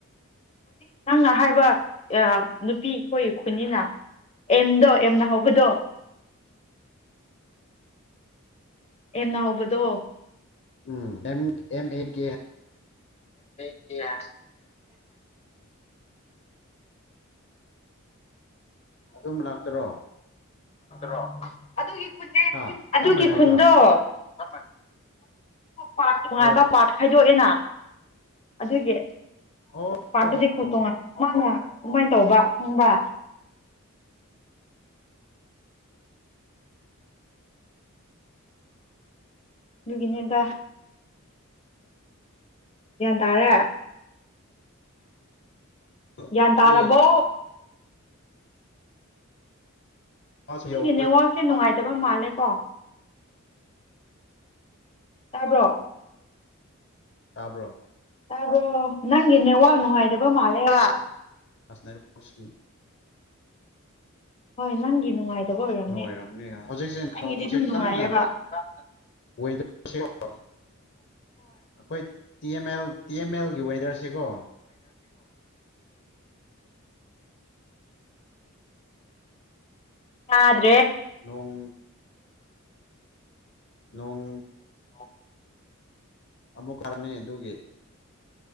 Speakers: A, on the left; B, on the left.
A: ꯍꯧꯖꯤꯛ ꯅꯪꯅ ꯍꯥꯏꯕ ꯅꯨꯄꯤꯈꯣꯏ ꯈꯨꯅꯤꯅ ꯑꯦꯝꯗꯣ ꯑꯦꯝꯅ ꯍꯧꯕꯗꯣ ꯑꯦꯝꯅ ꯍꯧꯕꯗꯣ
B: ꯎ ꯑꯦꯝ ꯑꯦ ꯀꯦ
A: ꯍ
B: ꯑꯗꯨꯝ ꯂꯥꯛꯇ꯭ꯔꯣ
A: ꯔꯣ ꯑꯗꯨꯒꯤ ꯈꯨꯟ
B: ꯍꯥ
A: ꯑꯗꯨꯒꯤ
B: ꯆꯞ ꯃꯥꯟꯅꯩꯕ
A: ꯈꯨꯟꯗꯣ ꯖ ꯄꯥꯔꯠ ꯅꯨꯡꯉꯥꯏ
B: ꯑꯣ
A: ꯄꯔꯠ ꯈꯥꯏꯗꯣꯛꯑꯦꯅ ꯑꯗꯨꯒꯤ
B: ꯑꯣ
A: ꯄꯥꯔꯠꯇꯨꯗꯤ
B: ꯑꯣ
A: ꯈꯣꯡꯠꯇꯣꯡꯉ
B: ꯑꯣ
A: ꯃꯥꯅ ꯀꯃꯥꯏꯅ ꯇꯧꯕ ꯐꯪꯕ ꯌꯒꯅꯦꯗ ꯌꯥꯟ ꯇꯥꯔꯦ
B: ꯑꯩꯈꯣꯏ
A: ꯒ꯭ꯌꯥꯟ ꯇꯥꯔꯕꯣ
B: ꯃꯥꯁꯨ
A: ꯅꯪꯅꯦ
B: ꯌꯧꯋꯤ
A: ꯋꯥꯁꯦ ꯅꯨꯡꯥꯏ ꯑꯦꯕ ꯃꯥꯅꯦꯦ ꯀꯣ ꯇꯥꯕ꯭ꯔꯣ
B: ꯇꯥꯕ꯭ꯔꯣ
A: ꯑꯣ ꯅꯪ ꯏ ꯅꯦ ꯋꯥꯅꯨꯡꯣ ꯍꯥꯏ ꯑꯗꯨꯕ ꯃꯂ ꯋꯥ
B: ꯍꯥꯁꯅꯔ ꯃꯁ
A: ꯍꯣꯏ ꯅꯪꯒꯤꯅꯣꯥꯏ ꯑꯣꯏꯔꯝ
B: ꯑꯣꯏꯔꯝꯅꯤ ꯍꯧꯖꯤꯛꯁꯦ
A: ꯑꯩꯒꯤꯗꯤꯝ
B: ꯅꯣꯡꯁꯦ
A: ꯅꯨꯡꯉꯥꯏꯕ
B: ꯀꯟꯅ
A: ꯊꯕ
B: ꯋꯦꯗꯔꯁꯤꯀꯣ ꯑꯩꯈꯣꯏ T M L T M ꯑꯦꯜꯒꯤ ꯋꯦꯗꯔꯁꯤꯀꯣ
A: ꯑꯥꯗ
B: ꯅꯣꯡ ꯅꯣꯡ
A: ꯑꯣ
B: ꯑꯕꯣ ꯀꯅꯦꯗꯒꯦ